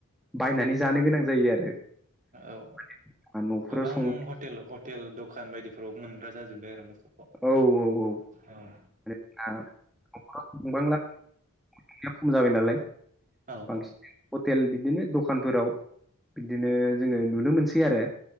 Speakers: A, in the centre; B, on the right.
A: बायनानै जानो गोनां जायो आरो। <inaudible>
B: औ
A: न'फोराव
B: गोबां
A: सं
B: हटेल ह टेल दखान बायदिफोराव मोनग्रा जाजोब्बाय आरो बेफोरखौ
A: औ औ औ
B: ओं
A: <inaudible> <unintelligible> खम जाबाय नालाय
B: औ
A: बांसि
B: औ
A: <unintelligible> हटेल बिदिनो दखानफोराव बिदिनो
B: औ
A: जोङो नुनो मोनसै आरो